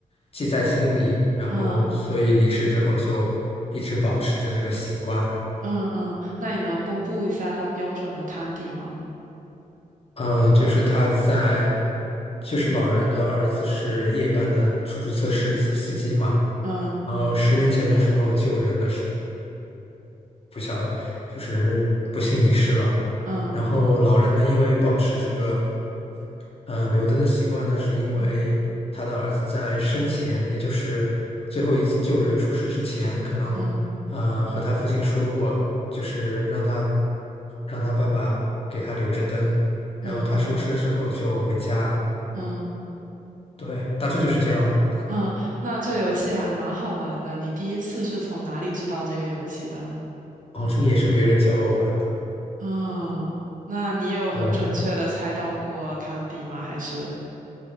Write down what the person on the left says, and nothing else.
记在心里，然后所以离世之后就一直保持着这个习惯。
嗯，就是他在，就是老人的儿子是夜班的出租车司机司机嘛，
然后十年前的时候救人的时候不小了，就是不幸离世了。
然后老人呢，因为保持这个嗯、呃留灯的习惯呢，是因为他的儿子在生前，
也就是最后一次救人出事之前，可能呃和他父亲说过，
就是让他让他爸爸给他留着灯，然后他收车之后就回家。
对，大致就是这样了。
哦，这个也是别人教我玩的。
对不对。